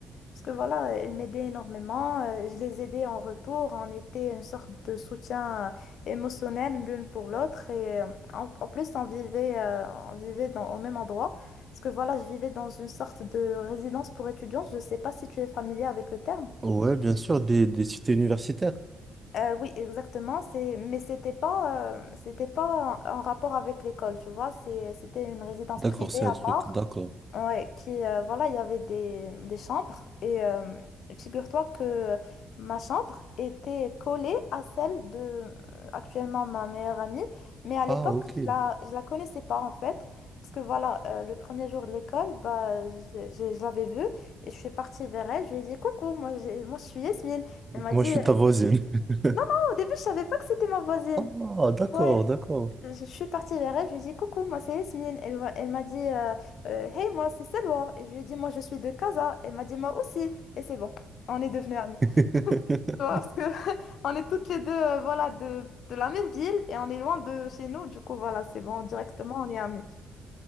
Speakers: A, on the left; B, on the right.
A: Parce que voilà, elle m'aidait énormément. euh, je les aidais en retour. On était une sorte de soutien euh, émotionnel l'une pour l'autre. Et euh, en, en plus, on vivait, euh, on vivait dans, au même endroit. Parce que voilà, je vivais dans une sorte de résidence pour étudiants. Je ne sais pas si tu es familier avec le terme.
B: Ouais, bien sûr, des, des cités universitaires.
A: Euh, oui, exactement. C'est, mais c'était pas, euh, c'était pas en, en rapport avec l'école, tu vois. C'est, c'était une résidence
B: D'accord,
A: privée
B: c'est
A: à
B: un truc.
A: part.
B: D'accord.
A: Ouais, qui, euh, voilà, il y avait des, des chambres. Et euh, figure-toi que ma chambre était collée à celle de, euh, actuellement, ma meilleure amie. Mais à l'époque,
B: Ah, ok.
A: je la, je la connaissais pas, en fait. Parce que voilà, euh, le premier jour de l'école, bah, je, je- je l'avais vue et je suis partie vers elle. Je lui ai dit, Coucou, moi, j'ai, moi je suis Yasmine. Elle m'a
B: Moi,
A: dit,
B: je
A: <laughs>
B: suis ta voisine. <laughs>
A: Non non au début, je savais pas que c'était ma voisine.
B: Ah, d'accord,
A: Ouais,
B: d'accord.
A: je je suis partie vers elle, je lui ai dit coucou, moi c'est Yasmine. Elle, m'a- elle m'a dit euh, euh, hey, moi c'est Selwa. Et je lui ai dit moi je suis de Casa. Elle m'a dit moi aussi. Et c'est bon, on est devenus amies.
B: <laughs>
A: Tu vois, parce que <laughs> on est toutes les deux euh, voilà, de, de la même ville et on est loin de chez nous. Du coup, voilà, c'est bon, directement on est amies.